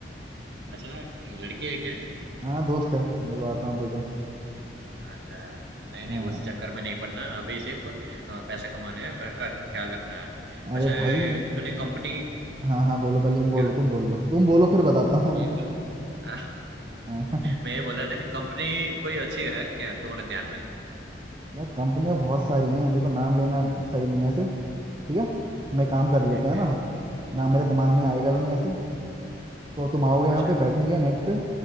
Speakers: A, on the right; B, on the right.
A: अच्छा लड़की है क्या
B: हाँ दोस्त है मिलवाता हूँ तुझे
A: अच्छा नहीं नहीं
B: हाँ
A: उस चक्कर में नहीं पड़ना अभी सिर्फ अ, पैसा कमाना है घर का ख्याल रखना है
B: अरे
A: वैसे
B: भाई
A: तूने कंपनी
B: हाँ
A: हाँ
B: हाँ बोलो पहले तुम बोलो
A: क्या
B: तुम बोलो तुम बोलो फिर बताता हूँ
A: मैं
B: मैं
A: ये बोल <laughs>
B: हाँ।
A: मैं ये बोल रहा था कि कंपनी कोई अच्छी है क्या तुम्हारे ध्यान में
B: यार कंपनियां बहुत सारी हैं देखो नाम लेना सही नहीं है ऐसे ठीक है मैं काम कर
A: ठीक
B: लेते हैं
A: है
B: ना
A: ठीक
B: नाम मेरे दिमाग में आएगा
A: हाँ
B: भी नहीं ऐसे तो तुम आओगे यहाँ
A: अच्छा
B: पे बैठेंगे नेट पे